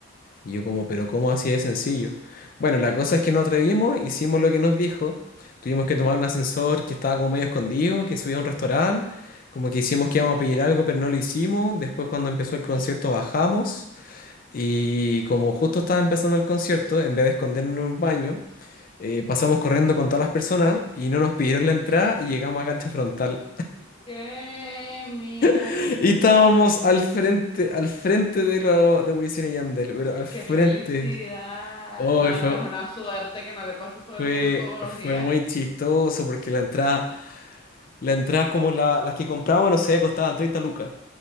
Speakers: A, on the left (about 40°); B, on the left (about 25°).
A: Y yo como, pero ¿cómo así de sencillo? Bueno, la cosa es que nos atrevimos, hicimos lo que nos dijo, tuvimos que tomar un ascensor que estaba como medio escondido, que subía a un restaurante, como que hicimos que íbamos a pedir algo, pero no lo hicimos, después cuando empezó el concierto bajamos y como justo estaba empezando el concierto, en vez de escondernos en un baño, eh, pasamos corriendo con todas las personas y no nos pidieron la entrada y llegamos a cancha frontal.
B: ¿Qué? Mira
A: <laughs>
B: tú.
A: Y estábamos al frente, al frente de lo de Wisin y Yandel, pero al frente.
B: ¡Qué felicidad!
A: Oh,
B: No,
A: fue,
B: esa es una suerte que no le pasa a todo
A: Fue,
B: el mundo todos los
A: fue
B: días
A: muy chistoso porque la entrada, la entrada como la- las que comprábamos, no sé, costaban 30 lucas.